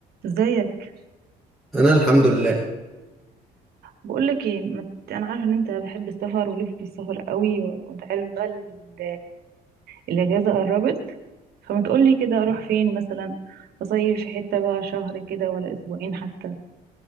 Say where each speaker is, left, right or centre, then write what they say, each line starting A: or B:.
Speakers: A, on the right; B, in the centre.
A: ازيك
B: انا الحمد لله
A: بقولك ايه ما ت- انا عارفه ان انت بحب السفر وليك في السفر قوي و- وانت عارف بقى ال- الاجازه قربت فما تقولي كده اروح فين مثلا اصيف في حته بقى شهر كده ولا اسبوعين حتى